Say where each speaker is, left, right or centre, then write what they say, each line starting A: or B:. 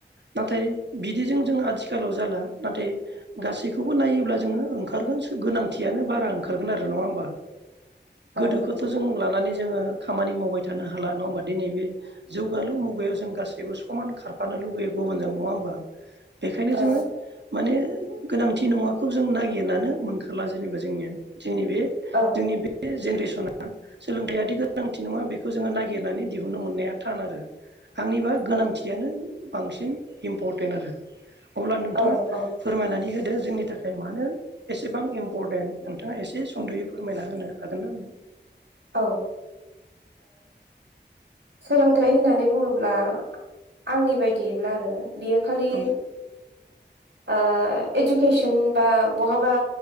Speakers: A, on the right; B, on the right.
A: नाथाय बिदिजों जों आथिखालाव जाला नाथाय गासै। गासैखौबो नायोब्ला जोङो ओंखारगोन गोनांथियानो बारा ओंखारगोन आरो नङा होमबा।
B: औ
A: गोदोखौथ' जों लानानै। जोङो खामानि मावबाय थानो हाला नङा होमब्ला दिनै बे जौगालु मुगायाव जों गासैबो समान खारफानो। लुगैयो गुबुनजों नङा होमबा बेखायनो
B: औ
A: जोङो माने गोनांथि नङाखौ जों नागिरनानै मोनखोला जेनेबा जोंनि जोंनि बे
B: औ
A: जोंनि बे जेनेरेसना सोलोंथाइयादि गोनांथि नङा बेखौ जोङो नागिरनानै दिहुनो मोननाया थान आरो। आंनिबा गोनांथियानो
B: औ
A: बांसिन इम्परटेन्ट आरो। अब्ला नोंथाङा
B: औ औ
A: फोरमायनानै। होदो जोंनि थाखाय मानो एसेबां इम्परटेन्ट नोंथाङा एसे सुंद'यै फोरमायना होनो। हागोनना नोंथां?
B: औ ओ सोलोंथाइ होननानै बुङोब्ला आंनि बायदिब्ला आरो। बियो खालि
A: औ
B: ओ इडुकेसन बा बहाबा